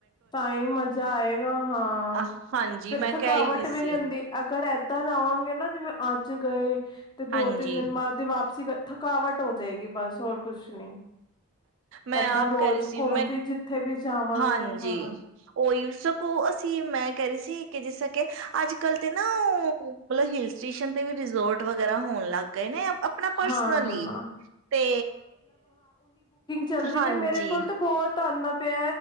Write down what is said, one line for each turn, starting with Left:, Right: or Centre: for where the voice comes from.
Left: ਤਾਂ ਹੀ ਮਜ਼ਾ ਆਏਗਾ ਹਾਂ
Right: ਅ, ਹਾਂਜੀ
Left: ਫਿਰ
Right: ਮੈਂ
Left: ਥਕਾਵਟ
Right: ਕਹਿ ਹੀ ਰਹੀ
Left: ਵੀ
Right: ਸੀ
Left: ਨਹੀ ਹੁੰਦੀ ਅਗਰ ਏਦਾਂ ਜਾਵਾਂਗੇ ਨਾ ਜਿਵੇਂ ਅੱਜ ਗਏ ਤੇ
Right: ਹਾਂਜੀ
Left: ਦੋ ਤਿੰਨ ਦਿਨ ਬਾਅਦ ਤੇ ਵਾਪ ਥਕਾਵਟ ਹੋ ਜਾਏਗੀ ਬਸ ਹੋਰ ਕੁਛ ਨਹੀਂ
Right: ਮੈਂ
Left: ਏਦਾਂ
Right: ਆਪ
Left: ਰੋਜ਼
Right: ਕਹਿ ਰਹੀ ਸੀ
Left: ਘੁੰਮ
Right: ਮੈਂ
Left: ਵੀ ਜਿੱਥੇ ਵੀ ਜਾਵਾਂਗੇ
Right: ਹਾਂਜੀ
Left: ਹਾਂ
Right: ਉਈ ਸਕੋ ਅਸੀਂ ਮੈਂ ਕਰ ਰਹੀ ਸੀ ਕਿ ਜਿਸ ਤਰ ਕਿ ਅੱਜ ਕੱਲ ਤੇ ਨਾ ਉਹ ਮਤਲਬ ਹਿਲ ਸਟੇਸ਼ਨ ਤੇ ਵੀ ਰਿਜੋਰਟ ਵਗੈਰਾ ਹੋਣ ਲੱਗ ਗਏ ਨੇ ਆਪਣਾ ਪਰਸਨਲੀ
Left: ਹਾਂ
Right: ਤੇ
Left: ਜਲਦੀ
Right: ਹਾਂਜੀ
Left: ਵੀ ਮੇਰੇ ਕੋਲ ਤਾਂ ਬਹੁਤ ਧੰਨ ਪ